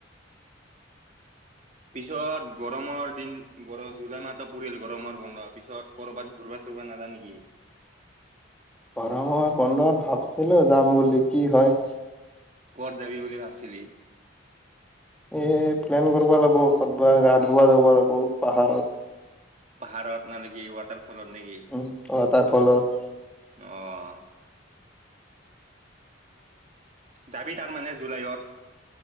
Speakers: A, on the right; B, in the centre.
A: পিছত গৰমৰ দিন গৰ জুলাই মাহটো পৰিল গৰমৰ বন্ধ, পিছত কৰ'বাত ঘূৰবা-চুৰবা নাযাৱ নেকি?
B: গৰমৰ বন্ধত ভাবিছিলো যাম বুলি কি হয়।
A: ক'ত যাবি বুলি ভাবিছিলি?
B: এ প্লেন কৰিব লাগিব ক'ৰবাত গা ধুওৱা যাব লাগিব পাহাৰত।
A: পাহাৰত মানে কি ৱাটাৰফলত নেকি?
B: উম! ওৱাটাৰ ফলত।
A: অঁ! যাবি তাৰ মানে জুলাইত?